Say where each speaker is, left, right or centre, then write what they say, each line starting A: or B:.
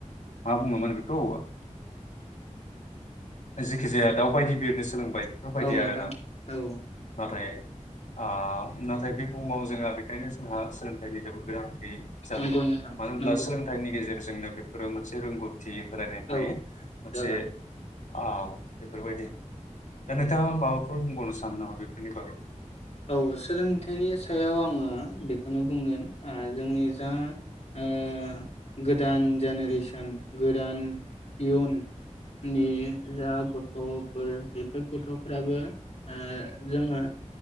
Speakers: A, on the left; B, on the left.
A: मा बुङोमोन बेखौ जेखि जाया दाउबायायदि बिरनो सोलोंबाय। बेफोरबायदि
B: नोंथां
A: आरोना
B: औ
A: नाथाय। ओ नाथाय बे बुहुमाव जोंहा बेखायनो जोंहा सोलोंथाइनि जोबोद गोनां। जादों
B: नंगौ नोंथां
A: मानो होनब्ला
B: नंगौ
A: सोलोंथाइनि गेजेरजों जोंनो बेफोरो जे रोंगौ थिग होलायनाय थायो
B: औ
A: मोनसे
B: जागोन
A: औ बेफोरबायदि दा नोंथाङा माबाफोर बुंबावनो सानो नामा बेफोरनि बागै?
B: औ सोलोंथाइनि सायाव आङो बेखौनो बुंगोन ओ जोंनि जा आं गोदान जेनेरेसन गोदान इयुननि जा गथ'फोर बेफोर गथ'फ्राबो ओ जोङो